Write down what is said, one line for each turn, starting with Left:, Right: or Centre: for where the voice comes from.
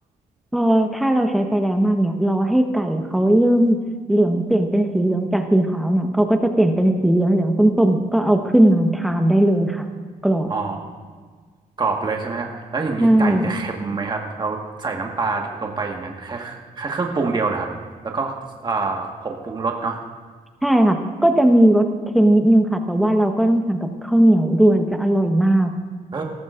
Centre: พอถ้าเราใช้ไฟแรงมากเนี่ยรอให้ไก่เขาเริ่มเหลืองเปลี่ยนเป็นสีเหลืองจากสีขาวเนี่ยเขาก็จะเปลี่ยนเป็นสีเหลืองเหลืองส้มๆเนี่ยก็เอาขึ้นมาทานได้เลยค่ะกรอบ
Right: อ๋อกรอบเลยใช่ไหมฮะแล้วอย่างนี้ไก่จะเค็มไหมครับเราใส่น้ำปลาลงไปอย่างนั้นแค่แค่เครื่องปรุงเดียวเหรอครับแล้วก็เอ่อผงปรุงรสเนาะ
Centre: ใช่ ใช่ค่ะก็จะมีรสเค็มนิดนึงค่ะแต่ว่าเราก็ต้องสั่งกับข้าวเหนียวด้วยจะอร่อยมาก
Right: เออ